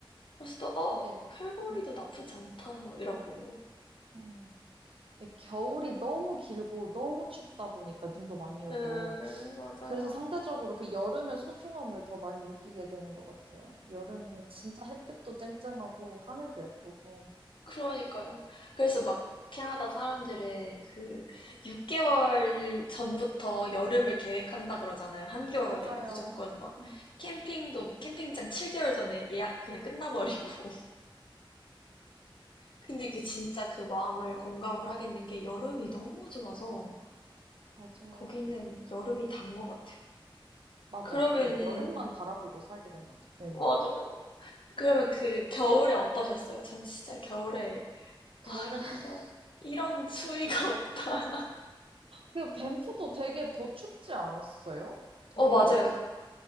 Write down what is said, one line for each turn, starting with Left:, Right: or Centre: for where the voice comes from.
Left: 그래서 또 어,
Right: 이게
Left: 캘거리도
Right: 음,
Left: 나쁘지 않다 막 이러고.
Right: 음. 이게 겨울이 너무 길고 너무 춥다 보니까 눈도 많이 오고
Left: 네, 맞아요.
Right: 그래서 상대적으로 그 여름의 소중함을 더 많이 느끼게 되는 것 같아요. 여름에 진짜 햇빛도 쨍쨍하고 하늘도 예쁘고.
Left: 그러니까요. 그래서 막 캐나다 사람들은 그 6개월 전부터 여름을 계획한다 그러잖아요. 한겨울에
Right: 맞아요.
Left: 무조건 막
Right: 음,
Left: 캠핑도 캠핑장 7개월 전에 예약 그냥 끝나버리고 근데 그 진짜 그 마음을 공감을 하겠는 게 여름이 너무 좋아서
Right: 맞아요.
Left: 거기는 여름이 단 것 같아요.
Right: 맞아요.
Left: 그러면은
Right: 이게 여름만 바라보고 살게 되는 것 같아요. 네네.
Left: 맞아요. 그러면 그 겨울에 어떠셨어요? 전 진짜 겨울에
Right: 겨울에
Left: 와
Right: <laughs>
Left: 이런 이런 추위가 없다. <laughs>
Right: 그 밴프도 되게 더 춥지 않았어요? 되게
Left: 어 맞아요.
Right: 힘드셨을.